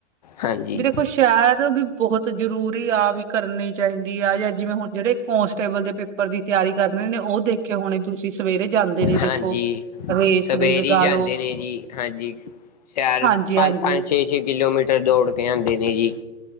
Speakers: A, on the left (about 35°); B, on the right (about 80°).
A: ਹਾਂਜੀ
B: ਵੀ ਦੇਖੋ ਸ਼ਹਿਦ ਵੀ ਬਹੁਤ ਜ਼ਰੂਰੀ ਆ ਵੀ ਕਰਨੀ ਚਾਹੀਦੀ ਆ ਜੇ ਜਿਵੇਂ ਹੁਣ ਜਿਹੜੇ ਕੋਂਸਟੇਬਲ ਦੇ ਪੇ ਉੱਪਰ ਦੀ ਤਿਆਰੀ ਕਰਨ ਰਹੇ ਨੇ ਉਹ ਦੇਖੇ ਹੋਣੇ ਤੁਸੀਂ ਸਵੇਰੇ ਜਾਂਦੇ ਨੇ ਦੇਖੋ
A: ਹਾਂਜੀ
B: ਰੇਸ
A: ਸਵੇਰੇ
B: ਲਈ ਲਗਾ
A: ਈ ਜਾਂਦੇ
B: ਲੋ
A: ਨੇ ਜੀ ਹਾਂਜੀ। ਸ਼ਹਿਰ
B: ਹਾਂਜੀ
A: ਪੰਜ-ਪੰਜ,
B: ਹਾਂਜੀ
A: ਛੇ-ਛੇ ਕਿਲੋਮੀਟਰ ਦੌੜ ਕੇ ਆਦੇ ਨੇ ਜੀ।